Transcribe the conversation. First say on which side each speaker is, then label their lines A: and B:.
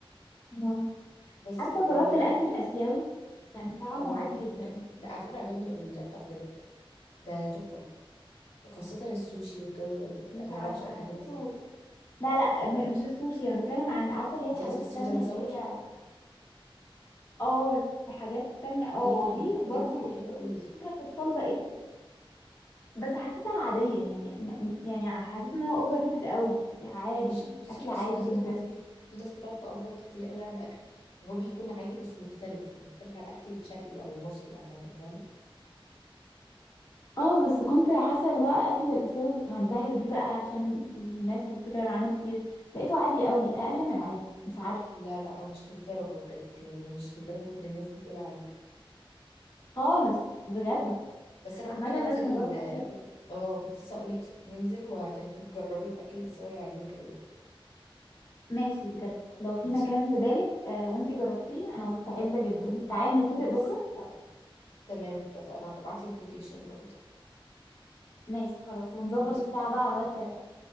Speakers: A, on the left; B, on the left.
A: مم.
B: بس
A: عارفه
B: فهو
A: جربت الاكل الاسيوي كان طعمه
B: اه
A: عادي جدا
B: تحفة. لا على فكره عجبني قوي لا بجد ده تحفه خاصه السوشي والجو ده بجد.
A: مش
B: انا
A: عارفه
B: بعشق الحاجات
A: حسيته
B: دي
A: لا لا م- مش السوشي انا بتكلم عن عارفه اللي هي
B: انت
A: الحاجات
B: قصدك
A: التانية
B: السويت اند
A: اللي
B: ساور
A: هي اه والحاجات التانية
B: ليه
A: اه دي وبرده
B: بجد دي حلوه قوي
A: في مش فاكره كنت طالبه ايه بس حسيتها عادية يعني م- م- يعني حسيت ان هو اوفر ريتد قوي عادي
B: يعني مش بصي
A: اكل عادي
B: اصل الناس
A: جدا
B: بت... في ناس بتقعد تأفور كتير قوي على الاكل اللي هو بيكون عادي بس مختلف يعني مختلف على الاكل الشرقي او المصري عامه فاهمة؟
A: اه بس كنت حاسة اللي بقى اكل الاسيوي كنت هنبهر بيه بقى عشان الناس اللي بتتكلم عنه كتير لقيته عادي قوي اقل من العادي مش عارفة
B: لا لا هو مش للدرجه بجد يعني هو مش لدرجه اللي الناس بتقول عليه
A: خالص بجد
B: لا. بس انا ممكن
A: عامة
B: انزل
A: لازم نجرب اكل سوا
B: اه كنت لسه اقول لك ننزل وهخليكي تجربي الاكل الاسيوي هيعجبك قوي
A: ماشي بجد لو في
B: ماشي
A: مكان في بالك آه وانتي جربتيه انا مستعدة جدا تعالي نتفق
B: خلاص
A: بكرة خلاص
B: تمام اتفقنا هبعت لك لوكيشن برضه
A: ماشي خلاص ونظبط
B: ماشي
A: الساعة
B: تمام
A: بقى على الواتساب